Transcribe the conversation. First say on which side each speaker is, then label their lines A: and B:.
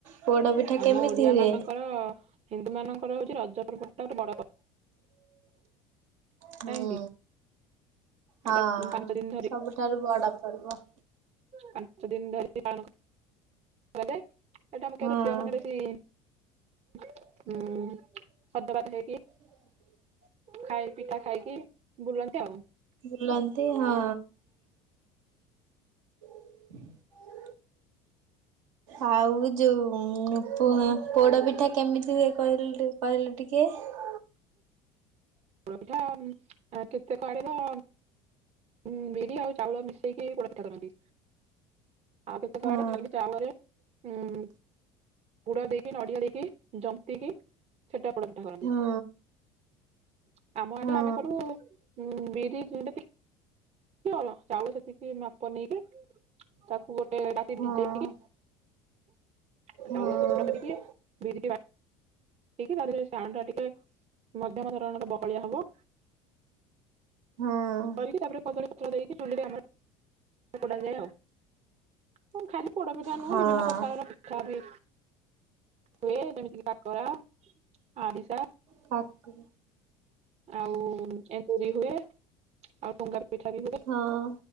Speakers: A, on the right; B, on the right.
A: ପୋଡ ପିଠା କେମିତି
B: ଆମ ଓଡିଆମାନଙ୍କର,
A: ହୁଏ?
B: ହିନ୍ଦୁମାନଙ୍କର ହଉଛି ରଜପର୍ବ ଗୋଟେ ବଡ ପର୍ବ
A: ହୁଁ
B: ନାଇଁ କି?
A: ହଁ
B: ଏଇଟା ପାଞ୍ଚ ଦିନ
A: ସବୁଠାରୁ ବଡପର୍ବ।
B: ପାଞ୍ଚଦିନ ଧରି ପାଳନ କରାଯାଏ। ଏଇଟା ମୁଖ୍ୟତଃ
A: ହଁ
B: ଝିଅମାନେ ବେଶି ସଧବା ସ୍ତ୍ରୀ ବି
A: ହୁଁ
B: ଖାଇ ପିଠା ଖାଇକି ବୁଲନ୍ତି ଆଉ।
A: ବୁଲନ୍ତି ହଁ। <inaudible> ଆଉ ଯୋଉ ପୋ ପୋଡପିଠା କେମିତିହୁଏ କହିଲ କହିଲୁ ଟିକେ? କି
B: ପୋଡପିଠା କେତେ କୁଆଡେ ତ ଉଁ ବିରି ଆଉ ଚାଉଳ ମିଶେଇକି ପୋଡ଼ ପିଠା କରନ୍ତି ଆଉ କେତେକ
A: ହଁ
B: ଘରେ ଖାଲି ଚାଉଳରେ ହୁଁ। ଗୁଡ ଦେଇକି ନଡିଆ ଦେଇକି ଜନ୍ତିକି ଛେନା ପୋଡ଼ନ୍ତି ପିଠା କରନ୍ତି
A: ହଁ
B: ଆମ ଆଡେ
A: ହଁ
B: ଆମେ କରୁ ଉଁ ବିରି ଯେମିତି କି- <unintelligible> ଚାଉଳ ସେତିକି ମାପ ନେଇକି ତାକୁ ଗୋଟେ ରାତି
A: ହଁ
B: ଭିଜେଇକି - ଆ
A: ହଁ
B: ଚାଉଳକୁ ଗୁଣ୍ଡା କରିକି ବିରିକି ବାଟ ଦେଇକି ତା ଦେହରେ ସେ ଆଣଟା ଟିକେ ମଧ୍ୟମ ଧରଣର ବହଳିଆ ହବ।
A: ହଁ।
B: କରିକି ତାପରେ କଦଳୀପତ୍ର ଦେଇକି ଚୁଲିରେ ଆମର ପୋଡ଼ାଯାଏ ଆଉ। ହୁଁ ଖାଲି ପୋଡପିଠା ନୁହଁ
A: ହଁ
B: ବିଭିନ୍ନ ପ୍ରକାରର - ପିଠା ବି ହୁଏ ଯେମିତି କି କାକରା, ଆରିସା
A: କାକ
B: ଆଉ ଏଣ୍ଡୁରୀ ହୁଏ ଆଉ ଟୁଙ୍ଗା ପିଠା ବି ହୁଏ।
A: ହଁ